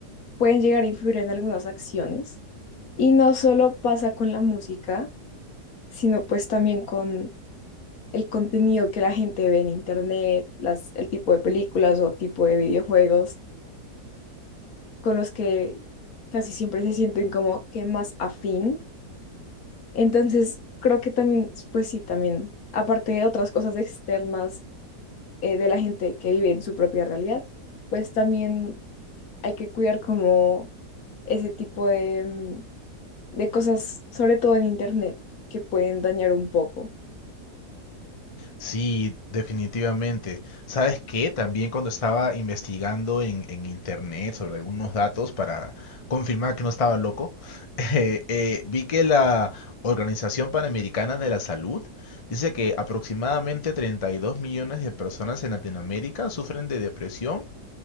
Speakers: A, on the left; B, on the left.
A: pueden llegar a influir en algunas acciones. Y no solo pasa con la música, sino pues también con el contenido que la gente ve en internet, las, el tipo de películas o tipo de videojuegos con los que casi siempre se sienten como que más afín. Entonces, creo que también, pues sí, también, aparte de otras cosas externas eh, de la gente que vive en su propia realidad, pues también hay que cuidar como ese tipo de, mm, de cosas, sobre todo en internet, que pueden dañar un poco.
B: Sí, definitivamente. ¿Sabes qué? También cuando estaba investigando en, en internet sobre algunos datos para confirmar que no estaba loco, <laughs> eh, eh, vi que la Organización Panamericana de la Salud dice que aproximadamente 32 millones de personas en Latinoamérica sufren de depresión